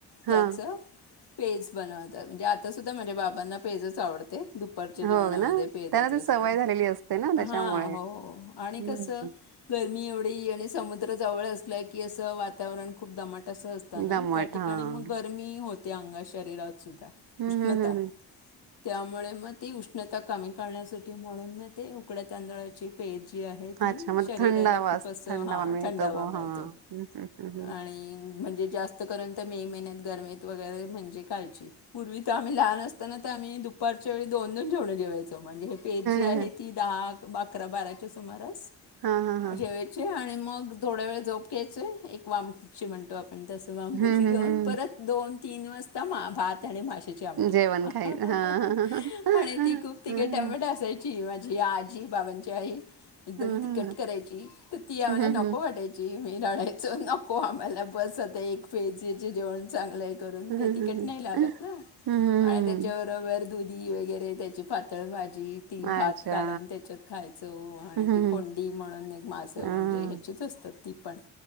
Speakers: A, on the right; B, on the left.
A: हा
B: त्याचं पेज बनवतात म्हणजे आता सुुद्धा माझ्या बाबांना पेजच आवडते दुपारच्या जेवणामध्ये
A: हा हो ना
B: पेजत
A: त्यांना
B: असते
A: ती सवय झालेली असते ना
B: हां
A: त्याच्यामुळे
B: हो
A: हम्म
B: आणि कसं ग मी एवढी आणि समुद्रजवळ असलय की असं वातावरण खूप दमाट असत त्या
A: दमट
B: ठिकाणी
A: हा हम्म
B: मग गरमी हो ते अंगा शरीरात सुद्धा
A: हम्म
B: उष्णता
A: हम्म हम्म
B: त्यामुळे मग ती उष्णता कमी करण्यासाठी म्हणून मग ते उकड्या तांदळाची पेद जी आहे ती
A: अच्छा मग
B: शरीराला
A: थंड हवा
B: खूप अस
A: थंड
B: हा
A: हवा मिळतो
B: थंडावा
A: ब
B: मिळतो
A: हा हम्म हम्म हम्म
B: आणि म्हणजे जास्त करून त्या मे महिन्यात गर्मेत वगैरे म्हणजे कायची पूर्वी तर आम्ही लहान असताना ते आम्ही दुपारच्या वेळी दोन दोन जेवणं जेवायच म्हणजे हे पेट जी आहे
A: हम्म.
B: ती डाग अकरा बाराच्या सुमारास
A: हा हा हा
B: जेवायचे आणि मग थोड्या वेळ जोप घ्यायचय एक वामखुपची म्हणतो आपण तसं ममगुशी
A: हम्म हम्म
B: घेऊन
A: हम्म
B: परत दोन तीन वाजता मा भात आणि माश आमट
A: जेवण खाय हा हा
B: आणि ती खूप तिके
A: हा
B: टमट
A: हा.
B: असाय जवजी आजी पवनच्याही एकदम
A: हम्म
B: ती कट करायची तर ती आम्हाला
A: हम्म हम्म
B: नको वाटायची मीराडे नको आम्हाला उपस जा एक फेजीचे जेवण चांगले आहे
A: हम्म
B: त नाही लात
A: हम्म
B: त्याच्याबब दुधी वगैरे त्याची पातळ माहि जी ती
A: अच्छा
B: भात कालवून त्याच्यात खायचो आणि
A: हम्म
B: ती कोंडी म्हणून एक मासं
A: हम्म
B: म्हणजे ह्याचीच असतात त पण